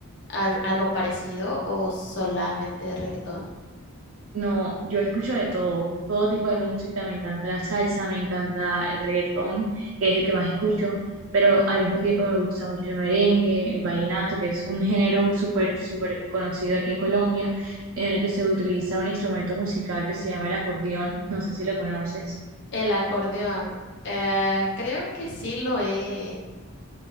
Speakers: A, on the left; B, on the right.
A: al- algo parecido o solamente reggaetón.
B: No, yo escucho de todo, todo tipo de música, me encanta la salsa, me encanta el reggaetón, que es el que más escucho, pero al mismo tiempo me gusta mucho el merengue, el vallenato, que es un género súper, súper conocido aquí en Colombia, en el que se utiliza un instrumento musical que se llama el acordeón, no sé si lo conoces.
A: El acordeón, eh, creo que sí lo he,